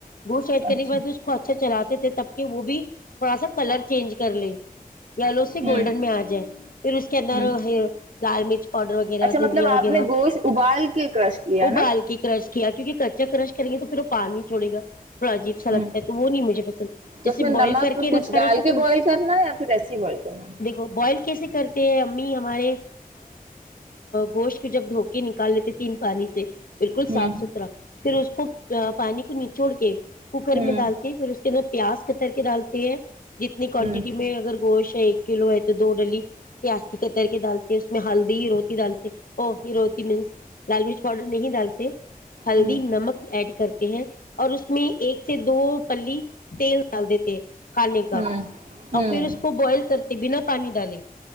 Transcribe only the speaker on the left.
بہت سائڈ کرنی
ب اسو <unintelligible> چلاتے تھے تب کہ وہ بھی تھوڑا سا کلر چینج کر لے یلو سے
گولڈن میں آ جائے پھر اس کے اندر
لال مرچ پاؤڈر وغیرہ
دھنیا
وغیرہ
ابال
کے کرش کیا کیونکہ کچا کررش کریں گے تو پھر وہ پانی چھوڑےا پراجیب سلب
<unintelligible> وہ نہیں مجھے پسند
جیسے
بوائل
کر کے
رکھا
رہتا
تھا نا
دیکھو بوائل کیسے کرتے ہیں امی ہم ہمارے گوشت کو جب دھوکے نکال لیتے تین پانی سے بالکل
صاف
ستھرا پھر اس کو پانی کو نچوڑ کے کوکر
میں ڈال پھر اس کے اندر پیاز کتر کے ڈالتے ہیں جتنی کوانٹٹی
میں اگر گوشت ایک کلو ہے تو دو ڈلی پیاز کی کتر کے ڈالتے ہیں اس میں ہلدی ہیروتی ڈالتے او ہ روتی مینس لال مرچ پاؤڈر نہیں ڈالتے ہلدی
نمک ایڈ کرتے ہیں اور اس میں ایک سے دو پلی تیل ڈال دی تھ کھانے کا
اور پھر اس کو بوائل کرتے بنا پانی ڈالے